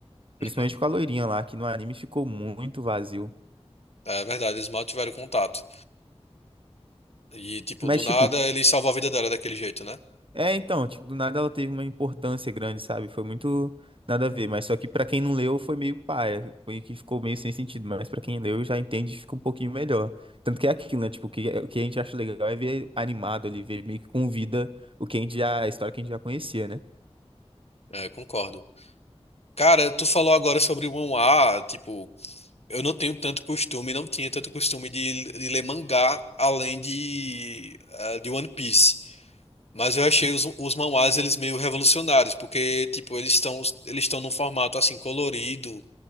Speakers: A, on the right; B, on the left.
A: Principalmente
B: Uhum.
A: com a loirinha lá, que no anime ficou muito vazio.
B: É verdade, eles mal tiveram contato. E, tipo,
A: Mas,
B: do nada
A: tipo,
B: ele salvou a vida dela daquele jeito, né?
A: É, então, tipo, do nada ela teve uma importância grande, sabe? Foi muito nada a ver, mas só que pra quem não leu foi meio paia, foi que ficou meio sem sentido, mas pra quem leu já entende, e fica um pouquinho melhor. Tanto que é aquilo, né? Tipo, o que, o que a gente acha legal é ver animado ali, ver meio que com vida o que a gente já, a história que a gente já conhecia, né?
B: É, concordo. Cara, tu falou agora sobre o manhwa, tipo. Eu não tenho tanto costume, não tinha tanto costume de, de ler mangá além de, ah, de One Piece. Mas eu achei os, os manhwas eles meio revolucionários, porque tipo, eles estão eles estão num formato assim colorido,